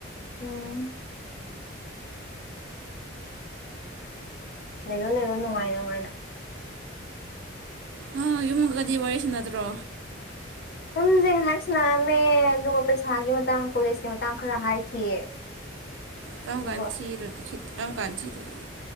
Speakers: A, on the left; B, on the right.
A: ꯎꯝ ꯂꯩꯌꯣ ꯂꯩꯌꯣ ꯅꯨꯡꯉꯥꯏꯅ ꯅꯨꯡꯉꯥꯏꯅ
B: ꯑ ꯌꯨꯃꯒꯗꯤ ꯋꯥꯔꯤ ꯁꯥꯅꯇꯗ꯭ꯔꯣ
A: ꯁꯨꯝꯁ ꯍꯥꯏ ꯁꯟꯅꯔꯝꯃꯦ ꯑꯗꯨꯒ ꯄꯩꯁꯥꯒꯤ ꯃꯇꯥꯡ ꯀꯣꯂꯦꯖꯀꯤ ꯃꯇꯥꯡ ꯈꯔ ꯍꯥꯏꯈꯤꯌꯦ
B: ꯀꯝꯀꯥꯜ
A: ꯑꯗꯨꯒ
B: ꯊꯤ ꯀꯝꯀꯥꯜ ꯊꯤꯗꯣꯏꯅꯣ